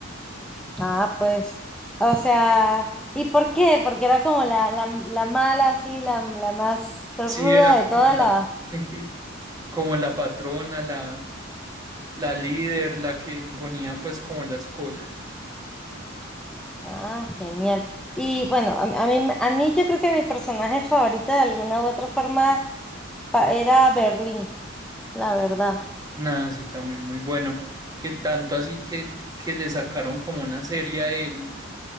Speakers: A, in the centre; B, on the right (about 20°).
A: ah, pues, o sea, ¿y por qué? Porque era como la, la, la mala, así, la, la más ruda
B: Sí, era como
A: de toda
B: la,
A: la...
B: <laughs> como la patrona, la, la líder, la que imponía pues como las cosas.
A: Ah, genial. Y bueno, a, a mí, me- a mí yo creo que mi personaje favorito de alguna u otra forma pa- era Berlín, la verdad.
B: Nada, sí, también muy bueno. Que tanto así que, que le sacaron como una serie a él